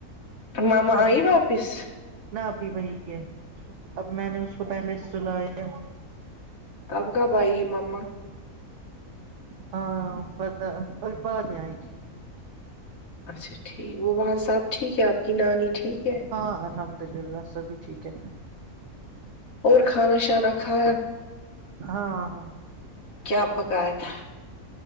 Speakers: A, on the left; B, on the right.
A: مما
B: اب
A: آئی واپس
B: نہ ابھی وہی ہے اب میں نے اس کو پہلے سلایا
A: اب کب آئی مما
B: ہاں پتا بعد میں آئے گی
A: اچھا ٹھیک وہ وہاں سب ٹھیک ہے آپ کی نانی ٹھیک ہے
B: ہاں الحمد للہ سبھی ٹھیک ہے
A: اور کھانا شانا کھایا
B: ہاں ہاں
A: کیا پکایا تھا